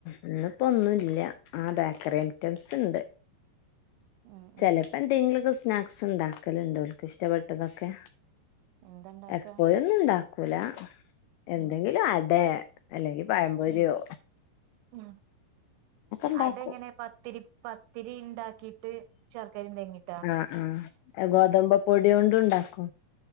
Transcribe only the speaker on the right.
ഉം
ഉം
എന്താ ഇണ്ടാക്കാ
ഉം
ഉം ഉം
അടെങ്ങനെ പത്തിരി പ പത്തിരി ഇണ്ടാക്കിയിട്ട് ശർക്കരയും തേങ്ങിയി